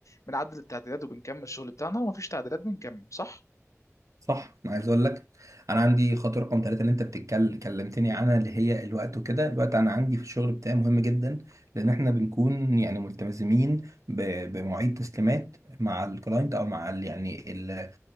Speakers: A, on the left; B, on the right.
A: بنعدل التعديلات وبنكمل الشغل بتاعنا ومفيش تعديلات بنكمل صح
B: صح انا عايز اقول لك انا عندي خطوه رقم ثلاثة اللي انت بتتكلم كلمتني عنها اللي هي الوقت وكده الوقت انا عندي في الشغل بتاعي مهم جدا لان احنا بنكون يعني ملتزمين ب- بمواعيد تسليمات مع الكلاينت او مع ال يعني ال